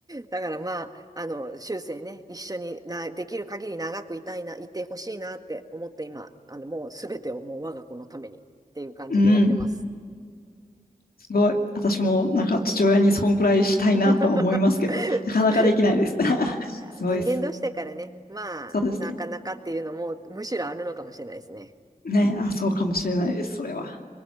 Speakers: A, on the right; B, on the left.
A: だからまあ、あの、終生ね、一緒にな、できる限り長くいたいな、いてほしいなって思って今、あの、もうすべてをもう我が子のためにっていう感じでやってます。
B: うん、すごい。私もなんか父親にそんくらいしたいなとは思いますけど、
A: <laughs>
B: なかなかできないです。<laughs>
A: いや、
B: すごいです。
A: 人間同士だからね、まあ、
B: そうですね。
A: なかなかっていうのも、むしろあるのかもしれないですね。
B: ね、あ、そうかもしれないです、それは。